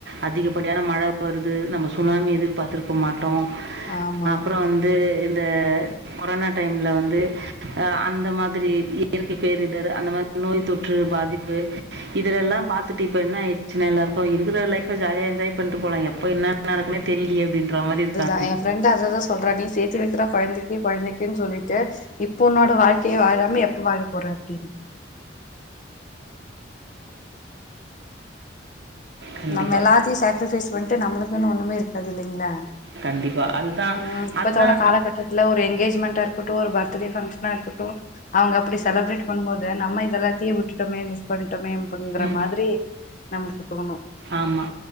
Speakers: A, on the right; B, on the left.
A: அதிகப்படியான மழ வருது நம்ம சுனாமிய எதிர்பாத்திருக்க மாட்டோ
B: ஆமா
A: அப்பறோ வந்து இந்த கொரோனா டைம்ல வந்து அந்த மாதிரி இயற்கை பேரிடர் அந்த மா நோய் தொற்று பாதிப்பு இதுல எல்லா பாத்துட்டு இப்ப என்னாயிருச்சி எல்லாருக்கோ இருக்கிற லைஃப்ப ஜாலியா என்ஜாய் பண்ட்டு போலா எப்ப என்ன நடக்குனே தெரிலியே அப்டின்ற மாரி இருக்கா
B: அ எ ஃப்ரெண்ட்டு அததா சொல்ற நீ சேத்து வக்கற கொழந்தை க்கி கொழந்தைக்குன்னு சொல்லிட்டு இப்ப உன்னோட வாழ்க்கைய வாழாம எப்ப வாழ போற அப்டின்னு
A: கண்டிப்பா.
B: நம்ம எல்லாத்தையு சேக்ரிஃபைஸ் பண்ணிட்டு நம்மளுக்குன்னு ஒண்ணுமே இருக்காது இல்லலைங்களா
A: கண்டிப்பா. அதுதான்
B: ம் இப்பத்தோட
A: அதுதான்
B: காலகட்டத்துல ஒரு எங்கேஜ்மெண்டா இருக்கட்டு ஒரு பர்த்டே ஃபங்ஷன்னா இருக்கட்டு அவுங்க அப்டி செலப்ரேட் பண்ணு போது நம்ம இதெல்லாத்தைய விட்டுட்டோமே மிஸ் பண்ணிட்டோமே பங்கிற
A: ம்.
B: மாதிரி நமக்கு தோணு
A: ஆமா